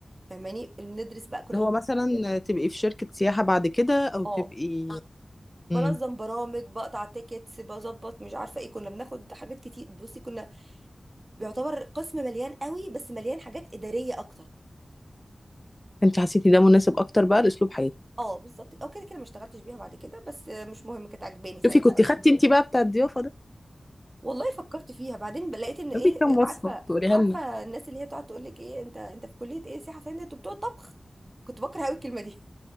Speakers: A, on the right; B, on the left.
A: فاهماني بندرس بقى كنا
B: اللي
A: بندرس
B: هو مثلا
A: بجد
B: تبقي في شركه سياحه بعد كده او
A: اه
B: تبقي
A: بنظم
B: امم
A: برامج بقطع تيكتس بظبط مش عارفة ايه كنا بناخد حاجات كتير بصي كنا بيعتبر قسم مليان قوي بس مليان حاجات إدارية اكتر
B: انت حسيتي ده مناسب اكتر بقى لاسلوب حياتك
A: اه بالظبط او كده كده ما اشتغلتش بيها بعد كده بس مش مهم كانت عجباني ساعتها
B: شوفي كنت خدتي انت بقى بتاع الضيافه ده
A: والله فكرت فيها بعدين لقيت ان ايه
B: ده في كام وصفه
A: عارفه
B: تقوليها
A: عارفه
B: لنا
A: الناس اللي هي تقعد تقول لك ايه انت انت في كليه ايه سياحه فنيه انتوا بتوع طبخ كنت بكره قوي الكلمه دي